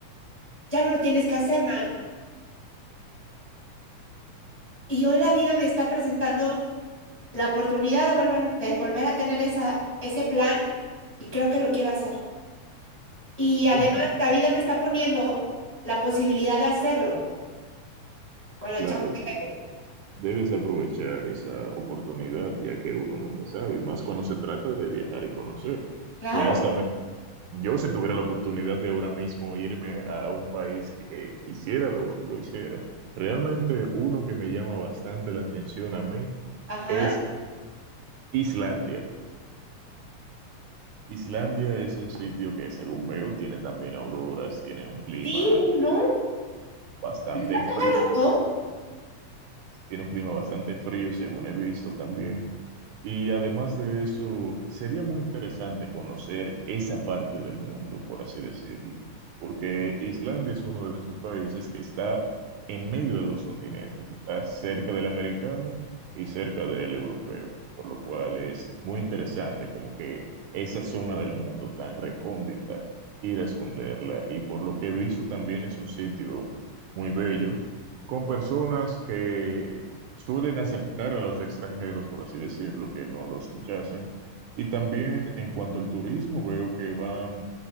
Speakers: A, in the centre; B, on the right (about 75°).
A: ya no lo tienes que hacer, Nan. Y hoy la vida me está presentando la oportunidad de volver, de volver a tener esa, ese plan y creo que lo quiero hacer. Y
B: bueno,
A: además la vida me está poniendo la posibilidad de hacerlo con la
B: claro,
A: chamba que tengo.
B: debes aprovechar esa oportunidad ya que uno nunca sabe, y más cuando se trata de viajar y conocer.
A: Claro,
B: Honestamente, yo si tuviera la oportunidad de ahora mismo irme a un país que quisiera, lo, lo hiciera. Realmente uno que me llama bastante la atención a mí
A: ajá.
B: es Islandia. Islandia es un sitio que, según veo, tiene también auroras, tiene un clima
A: Sí, ¿cómo no?
B: bastante
A: Pero Están
B: frío,
A: pegados, ¿no?
B: tiene un clima bastante frío, según he visto también. Y además de eso, sería muy interesante conocer esa parte del mundo, por así decirlo, porque Islandia es uno de esos países que está en medio de dos continentes, está cerca del americano y cerca del europeo, por lo cual es muy interesante como que esa zona del mundo tan recóndita, ir a esconderla. Y por lo que he visto también es un sitio muy bello, con personas que suelen aceptar a los extranjeros, por así decirlo, que no los rechazan. Y también en cuanto al turismo, veo que van